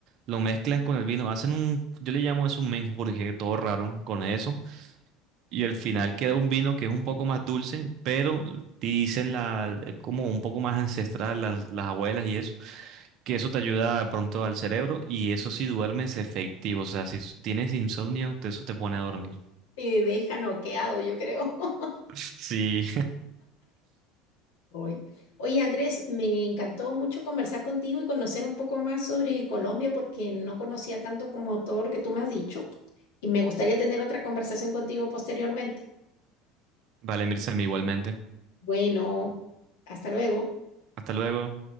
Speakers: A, on the right (about 55°); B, on the left (about 75°).
A: lo mezclan con el vino, hacen un, yo le llamo eso un menjurje, todo raro con eso. Y al final queda un vino que es un poco más dulce, pero dicen la, es como un poco más ancestral, las, las abuelas y eso, que eso te ayuda de pronto al cerebro y eso si duermes efectivo, o sea, si tienes insomnio, te- eso te pone a dormir.
B: Te deja noqueado, yo creo. <laughs>
A: <laughs> Sí,
B: Hoy. Oye, Andrés, me encantó mucho conversar contigo y conocer un poco más sobre Colombia porque no conocía tanto como todo lo que tú me has dicho y me gustaría tener otra conversación contigo posteriormente.
A: <laughs> vale, Mirza, igualmente.
B: Bueno, hasta luego.
A: Hasta luego.